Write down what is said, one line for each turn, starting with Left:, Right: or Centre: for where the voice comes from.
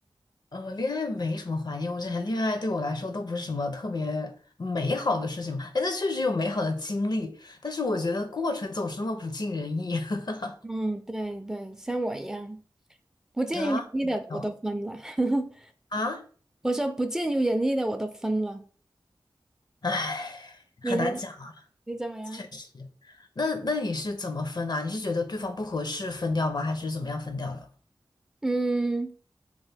Left: 呃，恋爱没什么怀念，我觉得恋爱对我来说都不是什么特别美好的事情嘛。哎，那确实有美好的经历，但是我觉得过程总是那么不尽人意 <laughs>
Centre: 嗯，对对，像我一样，不尽如人意的我都分了。
Left: 啊，没有
Centre: <laughs>
Left: 啊，
Centre: 我说不尽如人意的我都分了。
Left: 唉，
Centre: 你呢？
Left: 很难讲，
Centre: 你怎么样？
Left: 确实。那那你是怎么分啊？你是觉得对方不合适分掉吗？还是怎么样分掉的？
Centre: 嗯，